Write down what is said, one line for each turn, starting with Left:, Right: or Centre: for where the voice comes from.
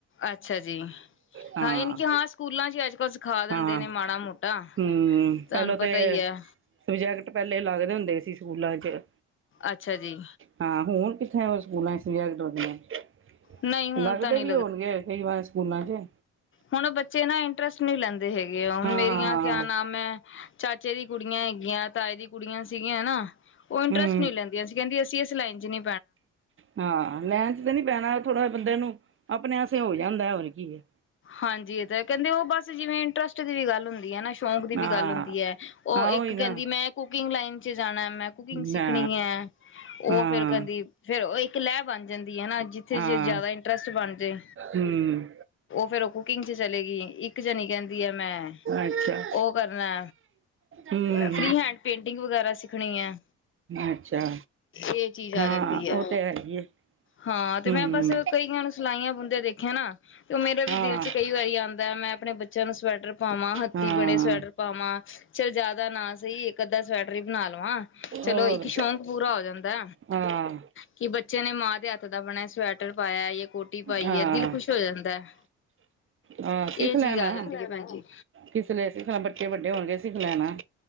Left: ਅੱਛਾ ਜੀ
Right: ਹੂੰ
Left: ਹਾਂ ਯਾਨੀ ਕਿ ਹਾਂ ਸਕੂਲਾਂ 'ਚ ਅੱਜ ਕੱਲ੍ਹ ਸਿਖਾ ਦਿੰਦੇ
Right: ਹੂੰ
Left: ਨੇ ਮਾੜਾ ਮੋਟਾ
Right: ਹੂੰ
Left: ਤੁਹਾਨੂੰ
Right: ਪਹਿਲਾਂ
Left: ਪਤਾ
Right: ਤੇ
Left: ਹੀ ਹੈ
Right: ਪ੍ਰੋਜੈਕਟ ਪਹਿਲੇ ਲੱਗਦੇ ਹੁੰਦੇ ਸੀ ਸਕੂਲਾਂ ਚ
Left: ਅੱਛਾ ਜੀ
Right: ਹਾਂ ਹੁਣ ਕਿੱਥੇ ਸਕੂਲਾਂ ਸੇਵਾ ਈਦਾ ਦੀ ਐ।
Left: ਨਹੀਂ ਹੁਣ
Right: ਲੱਗਦੇ
Left: ਤਾਂ ਨਹੀਂ
Right: ਵੀ ਹੋਣਗੇ ਕਈ ਵਾਰ ਸਕੂਲਾਂ ਚ
Left: ਹੁਣ ਬੱਚੇ ਨਾ ਇੰਟਰਸਟ ਨੀ ਲੈਂਦੇ ਹੈਗੇ ਆ ਹੁਣ
Right: ਹਾਂ
Left: ਮੇਰੀਆਂ
Right: ਹਾਂ
Left: ਕਿਆ ਨਾਮ ਐ ਚਾਚੇ ਦੀ ਕੁੜੀਆਂ ਹੈਗੀਆਂ ਤਾਏ ਦੀ ਕੁੜੀਆਂ ਸੀਗੀਆਂ ਨਾ ਉਹ ਇੰਟਰਸਟ
Right: ਹੂੰ
Left: ਨਹੀਂ ਲੈਂਦੀਆਂ ਅਸੀਂ ਕਹਿੰਦੀਆਂ ਇਸ ਲਾਈਨ ਚ ਨੀ
Right: ਹਾਂ ਲੈਣ ਚ ਤੇ ਨੀ ਪੈਣਾ ਥੋੜ੍ਹਾ ਬੰਦੇ ਨੂੰ ਆਪਣੇ ਤੇ ਹੋ ਜਾਂਦਾ ਹੁਣ ਕੀ ਐ
Left: ਹਾਂਜੀ ਇਹ ਤਾਂ ਕਹਿੰਦੇ ਉਹ ਬਸ ਜਿਵੇਂ ਇੰਟਰਸਟ ਦੀ ਵੀ ਗੱਲ ਹੁੰਦੀ ਨਾ ਸ਼ੌਂਕ ਦੀ ਵੀ
Right: ਹਾਂ
Left: ਗੱਲ ਹੁੰਦੀ ਹੈ ਉਹ
Right: ਹਾਂ
Left: ਇੱਕ
Right: ਉਹੀ
Left: ਕਹਿੰਦੀ
Right: ਨਾ
Left: ਮੈਂ ਕੁਕਿੰਗ ਲਾਈਨ ਚ ਜਾਣਾ ਮੈਂ ਕੁਕਿੰਗ ਸਿੱਖਣੀ
Right: ਨਾ
Left: ਹੈ ਉਹ
Right: ਹਾਂ
Left: ਫੇਰ ਕਹਿੰਦੀ ਫੇਰ ਉਹ ਲੈ ਬਣ ਜਾਂਦੀ ਐ ਜਿੱਥੇ
Right: ਹਾਂ
Left: ਜੇ ਜ਼ਿਆਦਾ ਇੰਟਰਸਟ ਬਣ ਜੇ
Right: ਹੂੰ
Left: ਫਿਰ ਕੁਕਿੰਗ ਚ ਤੇ ਇੱਕ ਜਾਨੀ ਕਹਿੰਦੀ ਹ ਮੈਂ
Right: ਅੱਛਾ
Left: ਉਹ ਕਰਨਾ
Right: ਹੂੰ
Left: ਫਰੀ ਹੈਂਡ ਪੇਂਟਿੰਗ ਪੇਂਟਿੰਗ ਵਗੈਰਾ ਸਿੱਖਣੀ ਐ
Right: ਅੱਛਾ
Left: ਇਹ ਚੀਜ਼ ਆ
Right: ਹਾਂ
Left: ਜਾਂਦੀ ਹੈ
Right: ਉਹ ਤੇ ਹੈਗੀ ਹੈ
Left: ਹਾਂ ਤੇ
Right: ਹੂੰ
Left: ਮੈਂ ਬਸ ਕਈਆਂ ਨੂੰ ਸਲਾਈਆਂ ਬੁੰਦਿਆਂ ਦੇਖਿਆ ਨਾ ਉਹ ਮੇਰਾ ਵੀ
Right: ਹਾਂ
Left: ਦਿਲ ਚ ਕਈ ਵਾਰੀ ‌ਆਦ ਆਉਂਦਾ ਮੈਂ ਆਪਣੇ ਬੱਚਿਆਂ ਨੂੰ ਸਵੈਟਰ ਪਾਵਾਂ ਹੱਥੀ
Right: ਹਾਂ
Left: ਬਣੇ ਸਵੈਟਰ ਪਾਵਾਂ ਚੱਲ ਜਿਆਦਾ ਨਾ ਸਹੀ ਇੱਕ ਅੱਧਾ ਸਵੈਟਰ ਹੀ ਬਣਾ ਲਵਾਂ। ਚਲੋ
Right: ਔਰ
Left: ਇੱਕ ਸ਼ੌਕ ਪੂਰਾ ਹੋ ਜਾਂਦਾ।
Right: ਹਾਂ
Left: ਕਿ ਬੱਚਿਆਂ ਨੇ ਮਾਂ ਦੇ ਹੱਥ ਦਾ ਬਣਿਆ ਸਵੈਟਰ ਪਾਇਆ ਇਹ ਕੋਟ ਦਿਲ ਕੋਟੀ ਪਾਈ
Right: ਹਾਂ
Left: ਏ ਦਿਲ ਖੁਸ਼ ਹੋ ਜਾਂਦਾ। ਹੈ।
Right: ਹਾਂ
Left: ਇਹ
Right: ਸਿੱਖ
Left: ਚੀਜ਼
Right: ਲੈਣਾ
Left: ਆ ਜਾਂਦੀ ਹੈ ਭੈਣ ਜੀ
Right: ਜਿਸ ਵੇਲੇ ਸਿੱਖ ਲੈ ਬੱਚੇ ਵੱਡੇ ਹੋਣਗੇ ਸਿੱਖ ਲੈਣਾ